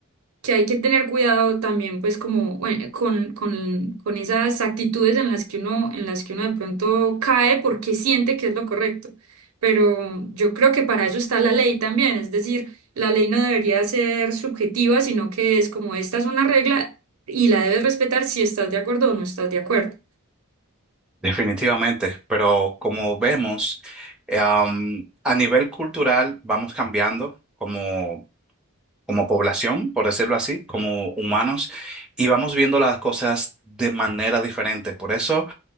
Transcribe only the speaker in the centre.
Definitivamente, pero como vemos, eh, am, a nivel cultural vamos cambiando. Como como población, por decirlo así, como humanos, y vamos viendo las cosas de manera diferente. Por eso